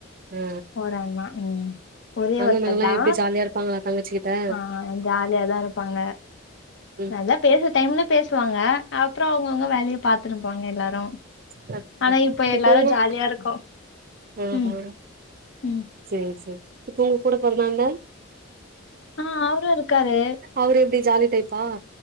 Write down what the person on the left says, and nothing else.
ஒரு அண்ணா ம் ஒரே
ஒருத்தர் தா
ஆ ஜாலியாதா இருப்பாங்க
நல்லா பேச டைம்ல பேசுவாங்க அப்றோ அவ்ங்கவுங்க வேலய பாத்துனுப்பாங்க எல்லாரு
ஆனா இப்ப
எல்லாரு
ஜாலியா இருக்கோ
ம் ம்
ஆ அவ்ரு இருக்காரு